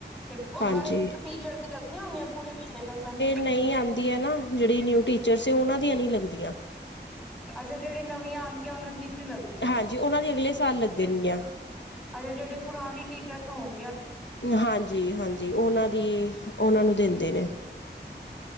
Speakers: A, in the centre; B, on the left.
A: ਤੇ
B: ਹਾਂਜੀ।
A: ਹਰ ਇੱਕ ਮਟੀਚਰ ਦੀ ਲੱਗੀਆਂ ਹੋਈਆਂ ਪੂਰੇ ਮਹੀਨੇ ਤ ਸਨ।
B: ਨਈ ਆਂਦੀ ਏ ਨਾ ਜਿਹੜੀ ਨਿਊ ਟੀਚਰਸ ਉਹਨਾਂ ਦੀਆਂ ਨੀ ਲੱਗਦੀਆਂ।
A: ਅੱਛਾ, ਜਿਹੜੀ ਨਵੀਂ ਆਂ ਤੇ ਉਹਨਾਂ ਦੀ ਨੀ ਲਗਦੀ।
B: ਹਾਂਜੀ, ਉਹਨਾਂ ਦੀ ਅਗਲੇ ਸਾਲ ਲੱਗਣਗੀਆਂ।
A: ਹਜੇ ਜਿਹੜੇ ਪੁਰਾਣੇ ਟੀਚਰਸ ਹੋਣਗੀਆਂ।
B: ਹਾਂਜੀ-ਹਾਂਜੀ, ਉਹਨਾਂ ਦੀ ਉਹਨਾਂ ਨੂੰ ਦਿੰਦੇ ਨੇ।